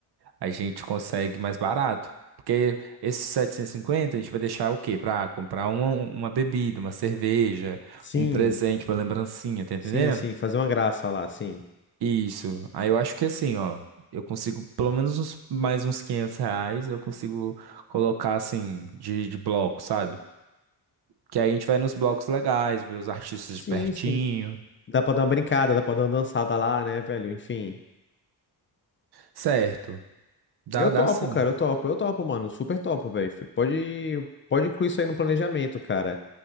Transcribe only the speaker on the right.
a gente consegue mais barato. Porque esses 750 a gente vai deixar o quê? Para comprar uma, uma bebida, uma cerveja,
um presente, uma lembrancinha, tá entendendo?
Isso. Aí eu acho que assim, ó, eu consigo pelo menos uns- mais uns 500 reais, eu consigo colocar assim de, de bloco, sabe? Que aí a gente vai nos blocos legais, ver os artistas
de pertinho.
Certo. Dá,
dá sim.